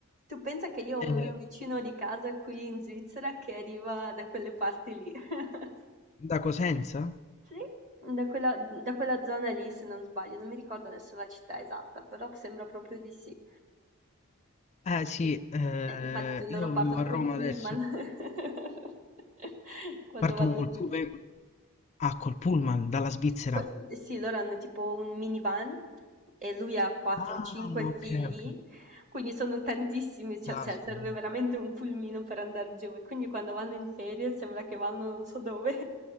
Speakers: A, on the right; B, on the left.
A: Tu pensa che io ho
B: Eh,
A: un mio vicino di casa qui in Svizzera che arriva da quelle parti lì. <laughs>
B: da Cosenza?
A: Sì, da quella, da quella zona lì, se non sbaglio, non mi ricordo adesso la città esatta, però sembra proprio di sì.
B: Eh sì,
A: Sì,
B: eh,
A: eh, infatti loro
B: io
A: partono
B: vivo a Roma
A: col pullman
B: adesso.
A: <laughs> quando
B: Partono
A: vanno
B: col
A: giù.
B: pullman. Ah, col pullman, dalla Svizzera.
A: Co- Sì, loro hanno tipo un minivan e lui ha 4-5
B: Ah, ok,
A: figli,
B: ok.
A: quindi sono tantissimi, cioè,
B: Caspita,
A: cioè, serve veramente un pulmino per andare giù e quindi quando vanno in ferie sembra che vanno non so dove.